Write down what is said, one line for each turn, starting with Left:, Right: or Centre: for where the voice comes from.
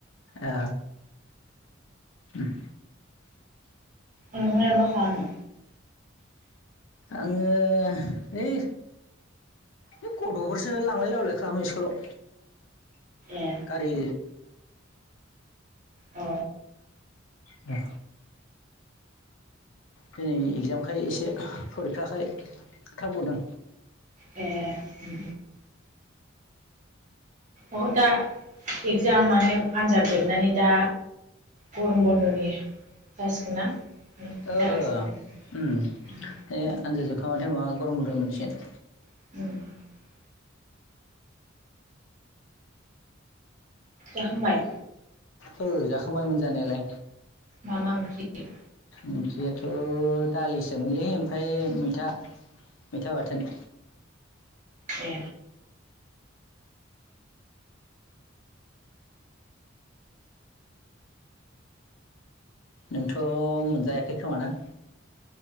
Left: ए द
Right: अहबा ख न
Left: आङो ओइ बे गथ'फोरसो लांलाय लायलाय खालामो स्कुलाव
Right: ए
Left: खाारि
Right: अ
Left: दे दिनै एगजामखाय एसे फरिखाखाय थाब बदों
Right: ए उम अ दा इक्जाम माने आनजाद जोबनानै दा गरम बन्द'नि जासिगोन ना
Left: ओ
Right: जागासिनो द
Left: उम बे आनजाद जोबखांबाथाय माबा गरम गदोम मोनसेन
Right: <unintelligible> जाखांबाय
Left: औ जाखांबायमोन जानायालाय
Right: मामा ओंख्रि
Left: ओंख्रियाथ' दालिसोमोनलै ओमफफ्राय मैथा मैथा बाथोन
Right: औ
Left: नोंथ' मोनजायाखै खोमाना